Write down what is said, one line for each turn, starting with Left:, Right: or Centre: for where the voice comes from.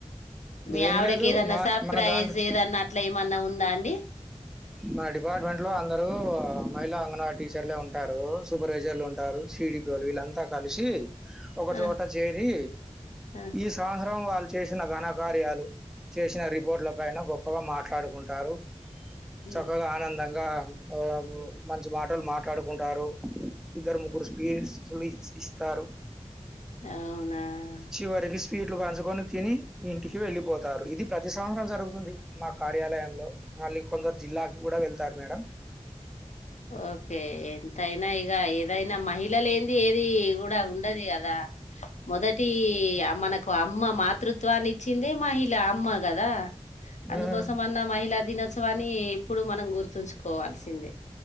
Left: మీ
Centre: ఏమి
Left: ఆవిడకి
Centre: లేదు
Left: ఏదన్నా
Centre: మా
Left: సర్ప్రైజ్
Centre: మన దాంట్లో
Left: ఏదన్నా అట్లా ఏమన్నా ఉందా అండి
Centre: మా డిపార్ట్మెంట్ లో అందరు మహిళా అంగనవాడి టీచర్లే ఉంటారు సూపర్వైజర్లు ఉంటారు సిడిపిలు వీళ్ళంతా కలిసి ఒక
Left: ఆ,
Centre: చోట చేరి
Left: ఆ.
Centre: ఈ సంవత్సరం వాళ్ చేసిన ఘనకార్యాలు చేసిన రిపోర్ట్ల పైన గొప్పగా మాట్లాడుకుంటారు
Left: హ్మ్.
Centre: చక్కగా ఆనందంగా ఆ మంచి మాటలు మాట్లాడుకుంటారు ఇద్దరు ముగ్గురు స్పీచ్లు ఇ ఇస్తారు
Left: అవునా
Centre: చివరికి స్వీట్లు పంచుకొని తిని ఇంటికి వెళ్ళిపోతారు ఇది ప్రతి సంవత్సరం జరుగుతుంది మా కార్యాలయంలో మల్లి కొందరు జిల్లాకి కూడా వెళ్తారు మేడం
Left: ఓకే ఎంతయినా ఇగ ఏదైనా మహిళలేనిది ఏంది ఏది కూడా ఉండది ఇగా దా మొదట్ ఒకటి ఆ మనకు అమ్మ మాతృత్వాన్ని ఇచ్చిందే మహిళ అమ్మ గదా అందుకోసమన్న
Centre: హ్మ్.
Left: మహిళా దినోత్సవాన్ని ఇప్పుడు మనం గుర్తుంచుకోవాల్సిందే